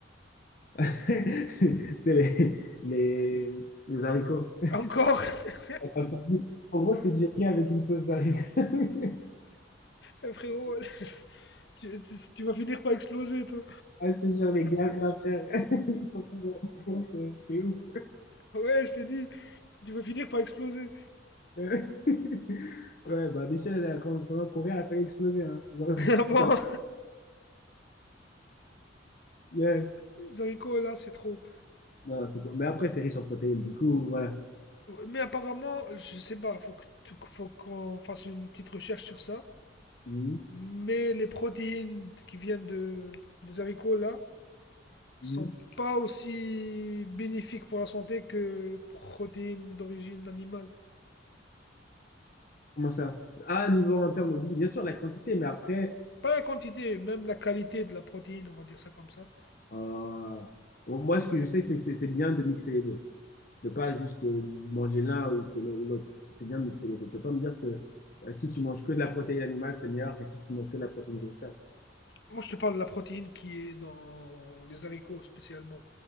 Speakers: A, on the left (about 45°); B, on the left (about 60°).
A: <laughs> Tu sais, les, les, les haricots.
B: Encore? <laughs>
A: Enfin, ça dit- En gros, c'était du riz avec une sauce d'haricots. <laughs>
B: Eh, Frérot, <laughs> je- tu tu vas finir par exploser toi.
A: Ah, je te jure, les gars, là, frère. <laughs> Ils sont trop bons. C'était c'était ouf.
B: Ouais, je t'ai dit. Tu vas finir par exploser.
A: <laughs> Ouais, bah, Michel, elle a, quand, pendant qu'on courait, elle a failli exploser. Hein. Genre, <laughs>
B: <laughs> Ah bon?
A: ça- Yeah.
B: Les haricots là, c'est trop.
A: Non, c'est cool. Mais après, c'est riche en protéines, du coup, voilà.
B: Mais apparemment, je sais pas, faut que, tu- faut qu'on fasse une petite recherche sur ça.
A: Mhm.
B: Mais les protéines qui viennent de, des haricots là, sont
A: Mhm.
B: pas aussi bénéfiques pour la santé que protéines d'origine animale.
A: Comment ça? Ah, niveau en termes de... Oui, bien sûr, la quantité, mais après,
B: Pas la quantité, même la qualité de la protéine, on va dire ça comme ça.
A: euh, bon, moi, ce que je sais, c'est c'est- c'est bien de mixer les deux. De pas juste euh, manger l'un ou que le- ou l'autre. C'est bien de mixer les deux. Tu vas pas me dire que euh, si tu manges que de la protéine animale, c'est meilleur que si tu manges que de la protéine végétale.
B: Moi, je te parle de la protéine qui est dans les haricots spécialement.